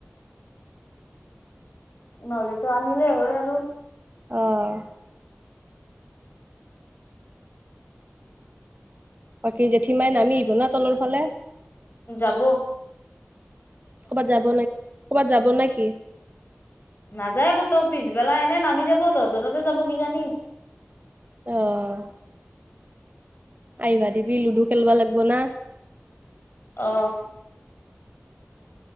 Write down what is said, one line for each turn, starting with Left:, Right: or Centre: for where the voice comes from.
Left: নহলেতো আনিলেই হয় আৰু।
Right: অ', বাকী জেঠীমাই নামি আহিব না তলৰ ফালে?
Left: যাব।
Right: ক'বাত যাব নে ক'বাত যাব নে কি?
Left: নাযায় ক'তো পিছবেলা এনেই নামি যাব তহঁতৰ তাতে যাব কিজানি।
Right: অ', আহিবা দিবি লুডু খেলবা লাগব না।
Left: অ',